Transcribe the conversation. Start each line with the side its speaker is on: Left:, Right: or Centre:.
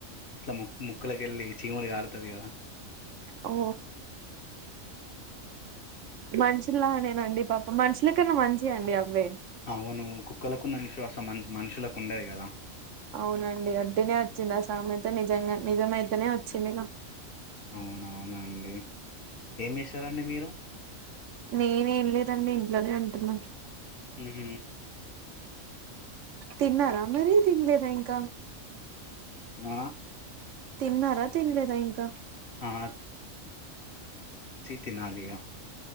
Left: ఇట్ల ముక్ ముక్కులోకెళ్లి చీముడు కారతది కదా
Right: ఓ మనుషుల్లా నేనండి పాపం మనుషుల కన్నా మంచి అండి అవే
Left: అవును కుక్కలకున్న విశ్వాసం మ మనుషులకు ఉండేది కదా
Right: అవునండి వట్టిగనే వచ్చిందా ఆ సామెత నిజంగా నిజమైతే ఇనే వచ్చిందిగా
Left: అవునవునా అండి ఏమి ఇస్తారండి మీరు
Right: నేనేం లేదండి ఇంట్లోనే అంటున్నాను
Left: మ్ హ
Right: తిన్నారా మరి తినలేదా ఇంకా
Left: అ
Right: తిన్నారా తినలేదా ఇంకా
Left: ఆ తనాలిగా